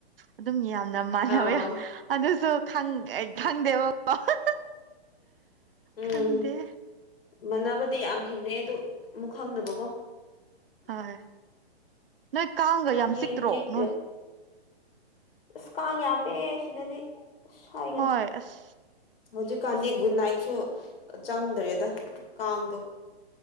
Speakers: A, on the right (about 60°); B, on the left (about 60°).
A: ꯑꯗꯨꯝ ꯌꯥꯝꯅ ꯃꯥꯟꯅꯕ꯫
B: ꯑꯥꯎ
A: ꯑꯗꯨꯁꯨ꯫ ꯈꯪ ꯑꯩ ꯈꯪꯗꯦꯕꯀꫭ
B: ꯎꯝ
A: ꯈꯪꯗꯦ꯫
B: ꯃꯥꯟꯅꯕꯗꯤ ꯌꯥꯝ ꯊꯦꯡꯅꯩ ꯑꯗꯨ ꯑꯃꯨꯛ ꯈꯪꯗꯕꯀꯣ꯫
A: ꯍꯣꯏ ꯅꯣꯏ ꯀꯥꯡꯒ
B: ꯅꯪꯒꯤ
A: ꯌꯥꯝ ꯆꯤꯛꯇ꯭ꯔꯣ
B: ꯆꯤꯛ
A: ꯅꯣꯏ꯫
B: ꯑꯁ ꯀꯥꯡ ꯌꯥꯝꯃꯦ ꯁꯤꯗꯗꯤ ꯑꯁ ꯍꯥꯏꯒꯅꯨ
A: ꯍꯣꯏ ꯑꯁ
B: ꯍꯧꯖꯤꯛꯀꯥꯟꯗꯤ꯫ ꯒꯨꯠꯅꯥꯏꯠꯁꯨ ꯆꯪꯗ꯭ꯔꯦꯗ ꯀꯥꯡꯗꯣ꯫